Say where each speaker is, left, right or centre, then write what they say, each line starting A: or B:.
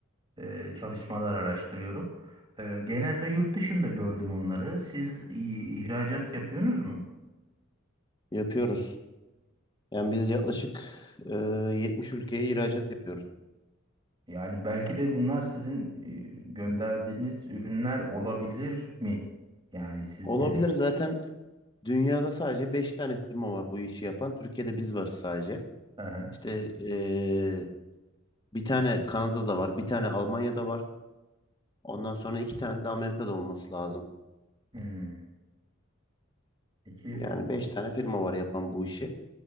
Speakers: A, on the right (about 25°); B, on the left (about 20°).
A: e, çalışmalar araştırıyorum. E, genelde yurt dışında gördüm onları. Siz i- ihracat yapıyorsunuz mu?
B: Yapıyoruz. Yani biz yaklaşık e, 70 ülkeye ihracat yapıyoruz.
A: Yani belki de bunlar sizin e, gönderdiğiniz ürünler olabilir mi? Yani siz
B: Olabilir
A: direkt...
B: zaten dünyada sadece 5 tane firma var bu işi yapan. Türkiye'de biz varız sadece.
A: Aha.
B: İşte eee, bir tane Kanada'da var, bir tane Almanya'da var. Ondan sonra iki tane de Amerika'da olması lazım.
A: Hmm. Peki...
B: Yani beş tane firma var yapan bu işi.